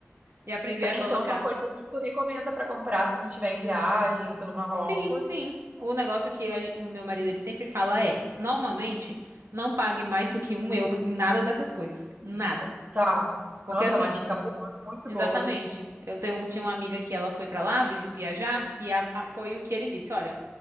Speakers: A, on the right (about 75°); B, on the right (about 35°).
A: e aprender
B: E t-
A: a
B: então
A: colocar.
B: são coisas que tu recomenda pra comprar assim, se estiver em viagem pelo Marrocos.
A: Sim, sim. O negócio que a gen- o meu marido ele sempre fala é, normalmente, não pague mais do que um euro em nada dessas coisas. Nada.
B: Tá.
A: Porque
B: Nossa,
A: assim,
B: é uma dica boa, muito
A: exatamente.
B: boa.
A: Eu tenho, tinha uma amiga que ela foi pra lá vi- viajar e a- a- foi o que ele disse, olha.